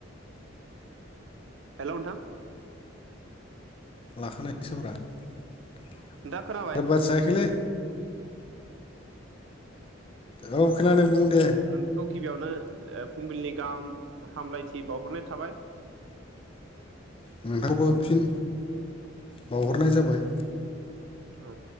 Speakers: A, on the right; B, on the left.
A: हेल' नोंथां
B: लाखानायसब्रा सोरबाि
A: नोंथाङा खोनाबाय
B: जायाखैलै औ खोनादों बुं दे
A: बिथांखौ गिबियावनो फुंबिलिनि गाहाम हामलायथि बावहरनाय थाबाय
B: नोंथांनावबो फिन बावहरनाय जाबाय
A: औ